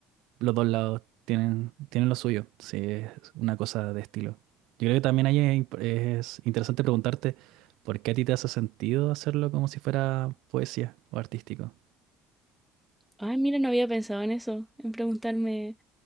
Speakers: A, on the right (about 65°); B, in the centre.
A: los dos lados tienen, tienen lo suyo, sí, es una cosa de estilo. Yo creo que también ahí es, imp- es interesante preguntarte por qué a ti te hace sentido hacerlo como si fuera poesía o artístico.
B: Ay, mira, no había pensado en eso, en preguntarme.